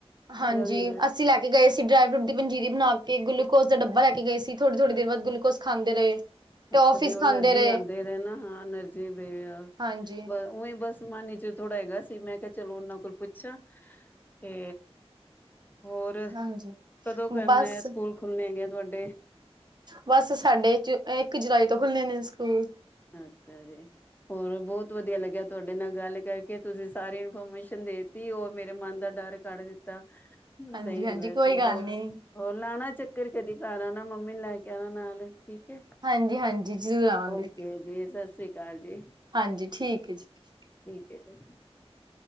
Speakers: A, on the left (about 15°); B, on the right (about 45°).
A: ਇਹਦਾ
B: ਹਾਂਜੀ,
A: ਵੀ
B: ਅਸੀਂ ਲੈ ਕੇ ਗਏ ਸੀ ਡਰਾਈ ਫਰੂਟ ਦੀ ਪੰਜੀਰੀ ਬਣਾ ਕੇ ਗਲੂਕੋਸ ਤੇ ਡੱਬਾ ਲੈ ਕੇ ਗਏ ਸੀ, ਥੋੜ੍ਹੀ -ਥੋੜੀ ਦੇਰ ਬਾਦ ਗਲੂਕੋਸ ਖਾਂਦੇ ਰਹੇ। ਟੋਫੀਸ
A: ਅੱਛਾ ਵੀ, ਉਹ
B: ਖਾਂਦੇ
A: ਅਨਰਜੀ
B: ਰਹੇ
A: ਆਂਦੇ ਨੇ ਨਾ ਹਾਂ, ਅਨਰਜੀ ਦੇ ਆ।
B: ਹਾਂਜੀ
A: ਬ ਉਵੇਂ ਬਸ ਮਨ ਵਿਚ ਥੋੜਾ ਹੈਗਾ ਸੀ। ਤੇ ਮੈਂ ਕਿਹਾ ਚਲੋ ਉਹਨਾਂ ਕੋਲ ਪੁੱਛਾਂ ਤੇ ਹੋਰ
B: ਹਾਂਜੀ
A: ਕਦੋਂ ਕਰਨਾ,
B: ਬਸ
A: ਸਕੂਲ ਖੁੱਲਣੇ ਹੈਗੇ ਆ ਤੁਹਾਡੇ।
B: ਬਸ ਸਾਡੇ ਇੱਕ ਜੁਲਾਈ ਤੋਂ ਖੁੱਲਨੇ ਸਕੂਲ।
A: ਅੱਛਾ ਜੀ, ਹੋਰ ਬਹੁਤ ਵਧੀਆ ਲੱਗਿਆ ਤੁਹਾਡੇ ਨਾਲ ਗੱਲ ਕਰਕੇ, ਤੁਸੀਂ ਸਾਰੀ ਇਨਫੋਰਮੇਸ਼ਨ ਦੇਤੀ ਉਹ ਮੇਰੇ ਮਨ ਦਾ ਡਰ ਕੱਢ ਦਿੱਤਾ।
B: ਹਾਂਜੀ
A: ਸਹੀ
B: ਹਾਂਜੀ
A: ਹੈ ਵੈਸੇ,
B: ਕੋਈ ਗੱਲ
A: ਹੋਰ-
B: ਨੀ
A: ਹੋਰ ਲਾਣਾ ਚੱਕਰ ਕਦੀ ਘਰ ਆਨਾ। ਮੰਮੀ ਨੂੰ ਲੈ ਕੇ ਆਣਾ ਨਾਲ। ਠੀਕ ਹੈ
B: ਹਾਂਜੀ- ਹਾਂਜੀ, ਜ਼ਰੂਰ ਆਵਾਂਗੇ।
A: ਓਕੇ ਜੀ ਸਸ ਰੀ ਕਾਲ ਜੀ।
B: ਹਾਂਜੀ, ਠੀਕ ਹੈ ਜੀ ਠੀਕ।
A: <inaudible>